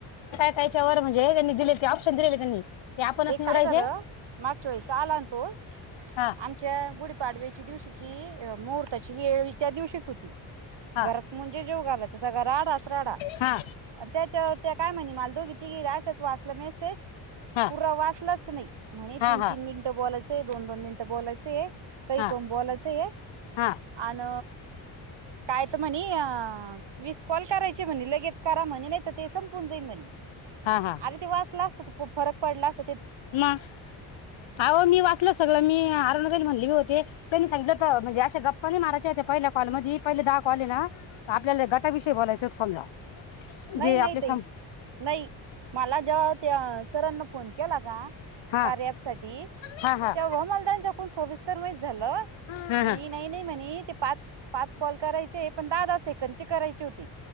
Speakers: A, on the left; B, on the right.
A: त्याच्या वर म्हणजे त्यांनी दिले ते ऑप्शन दिलेले त्यांनी. आपणच
B: हे
A: निवडायचे
B: काय झालं मागच्या वेळीचा आला ना तो
A: हा
B: आमच्या गुढी पाडव्याच्या दिवशीची मुहूर्ताची वेळ त्या दिवशीच होती
A: हा
B: घरात म्हणजे जेवू घालते. तर सगळा राडाच राडा
A: हा
B: आणि त्याच्यावर त्या काय म्हणेल मला दोघी तिघी अशाच वाचला मेसेज
A: हा
B: तु वाचलच नाही. म्हणे
A: हा
B: तीन
A: हा
B: तीन मिनिटं बोलायचं ते दोन दोन मिनटं बोलायचे काही
A: हा
B: पण बोलायचे अ
A: हा
B: आण. काय? म्हणे वीस कॉल करायचे म्हणे लगेच करा म्हणे नाही तर ते संपून जाईल म्हणे
A: हा हा
B: अरे ते वाचला असतं तर पडलाच
A: मग आवो मी वाचल सगळ मी आरूणा ताई म्हणली होती त्यांनी सांगितलं. <unintelligible> गप्पा नाही मारायच्या ते पहिला काॅल म्हणजे पहिले दहा काॅल हाय ना आपल्याला गटाविषयी बोलायच होत समजा
B: नाही
A: जे
B: नाही
A: आपले
B: ताई
A: सम
B: नाही मला ज्या त्या सरांना फोन केला का
A: हा
B: कार्य ॲप साठी
A: हा हा
B: तेव्हा मला यांच्याकडून समजल. विस्तार <unintelligible> झालं
A: हा
B: म्हणे
A: हा
B: नाही नाही म्हणे ते पाच पाच कॉल करायचे पण दहा दहा सेंकदचे करायचे होते